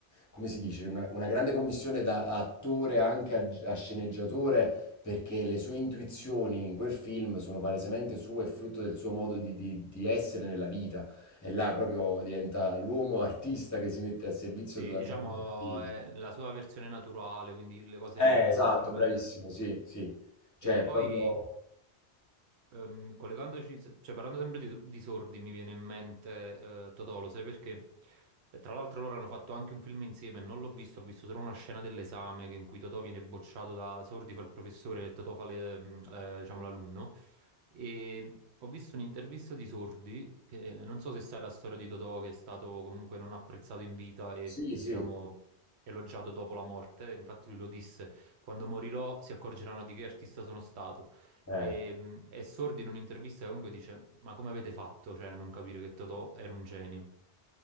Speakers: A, on the left; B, on the right.
A: come si dice, una, una grande commissione da attore anche a, a sceneggiatore perché le sue intuizioni in quel film sono palesemente sue e frutto del suo modo di, di- di essere nella vita. E là proprio diventa l'uomo artista che si mette al servizio
B: sì,
A: totalmente
B: diciamo
A: del film.
B: è la sua versione naturale, quindi le cose
A: Eh,
B: gli venivano
A: esatto,
B: sicuramente...
A: bravissimo, sì, sì. Cioè,
B: E poi,
A: proprio...
B: ehm, collegandoci, se- cioè parlando sempre di, di sordi, mi viene in mente eh, Totò, lo sai perché? Beh, tra l'altro loro hanno fatto anche un film insieme, non l'ho visto, ho visto solo una scena dell'esame che- in cui Totò viene bocciato da Sordi, fa il professore e Totò fa le- mm, la- diciamo, l'alunno. E ho visto un'intervista di Sordi, che eh, non so se sai la storia di Totò, che è stato comunque non apprezzato in vita e,
A: Sì,
B: diciamo,
A: sì.
B: elogiato dopo la morte, infatti lui lo disse. Quando morirò si accorgeranno di che artista sono stato.
A: Eh.
B: E, mh, e Sordi in un'intervista comunque dice: Ma come avete fatto, cioè, a non capire che Totò era un genio?